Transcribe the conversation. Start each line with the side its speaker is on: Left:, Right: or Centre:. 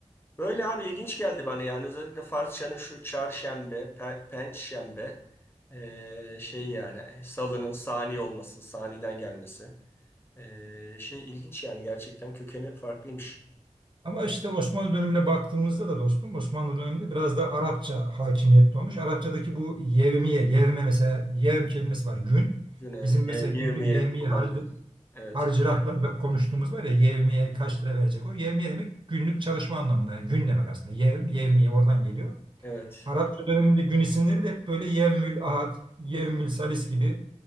Left: Böyle abi ilginç geldi bana yani özellikle Farsçanın şu çarşembe, pe- pençşembe eee, şey yani salının sani olması, saniden gelmesi. Ee, şey ilginç yani gerçekten kökeni farklıymış.
Right: Ama işte Osmanlı dönemine baktığımızda da dostum Osmanlı döneminde biraz da Arapça hakimiyetli olmuş. Arapçadaki bu yevmiye, yevme mesela yevm kelimesi var gün.
Left: Yine evet.
Right: Bizim mesela
Left: Ye-
Right: günlük
Left: Yevmiye
Right: yevmiye
Left: kullandığımız.
Right: harcı, Evet.
Left: Evet.
Right: harcırahlarda konuştuğumuz var ya yevmiye kaç lira verecek. O yevmiye demek günlük çalışma anlamında yani gün demek aslında. Yevm, yevmiye oradan geliyor.
Left: Evet.
Right: Arapça döneminde gün isimleri de hep böyle yevmül ahad, yevmül salis gibi,